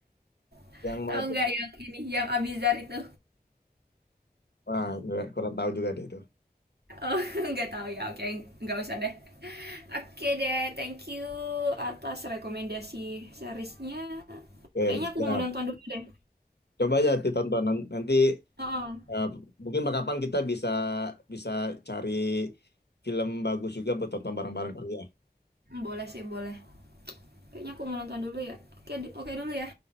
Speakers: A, on the right (about 75°); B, on the left (about 85°).
A: <laughs>
B: Yang mana
A: Tahu
B: tuh?
A: nggak yang ini yang Abizar itu?
B: Wah, nggak- kurang tahu juga deh itu.
A: Oh, <laughs> nggak tahu ya. Oke, nggak usah deh. Oke deh, thank you atas rekomendasi seriesnya.
B: Oke,
A: Kayaknya aku
B: siap.
A: mau nonton dulu deh.
B: Coba aja ditonton Nan- nanti.
A: Oh,
B: eh, mungkin kapan kita bisa bisa cari film bagus juga buat tonton bareng-bareng kali ya.
A: boleh sih, boleh. Kayaknya aku mau nonton dulu ya. Oke, di- oke dulu ya.